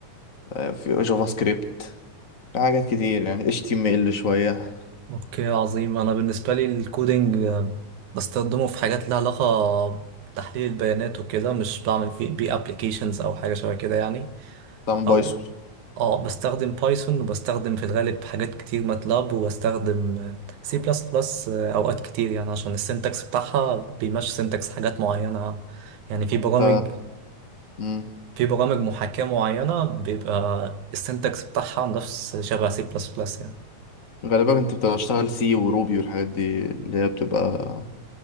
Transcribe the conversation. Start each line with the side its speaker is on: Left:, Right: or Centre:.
Left: أه في جافا سكريبت في حاجات كتير يعني اتش تي ام ال شوية
Right: اوكي عظيم انا بالنسبه لي الكودينج آه، بستخدمه في حاجات لها علاقه بتحليل البيانات وكده مش بعمل فيه بيه ابلكيشنز او حاجه شبه كده يعني
Left: طبعا بايثون
Right: او اه بستخدم بايثون وبستخدم في الغالب حاجات كتير ماتلاب وبستخدم سي بلس بلس اوقات كتير يعني عشان السنتكس بتاعها بيمشي سنتكس حاجات معينة يعني في برامج
Left: انت مم.
Right: في برامج محاكاة معينة بيبقى السنتكس بتاعها نفس شبه سي بلس بلس يعني
Left: غالبا انت بتبقى بتشتغل سي وروبي والحاجات دي اللي هي بتبقى